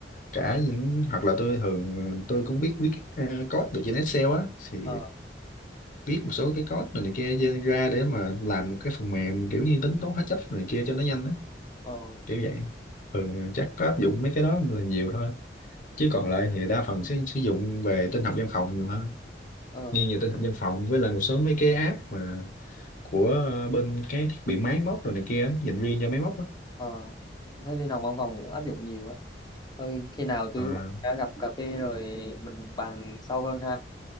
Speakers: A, on the left; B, on the left.
A: cả những hoặc là tôi thường tôi cũng biết viết ờ, code được trên Excel á thì
B: ờ
A: viết một số cái code này, này kia trên ra để mà làm một cái phần mềm kiểu như tính toán hóa chất này kia cho nó nhanh á
B: ờ
A: kiểu vậy thường chắc có áp dụng mấy cái đó là nhiều thôi chứ còn lại thì đa phần sẽ sử dụng về tin học văn phòng nhiều hơn
B: ờ
A: nghiêng về tin học văn phòng với lại một số mấy cái app mà của ờ, bên cái thiết bị máy móc rồi này kia á, dành riêng cho máy móc á
B: ờ. tôi thấy đi nào văn phòng cũng áp dụng nhiều á Thôi khi nào tôi
A: à,
B: đã gặp cà phê rồi mình bàn sâu hơn ha.